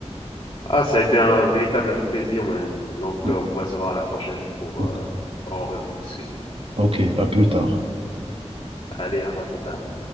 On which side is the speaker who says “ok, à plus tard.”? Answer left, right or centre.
Right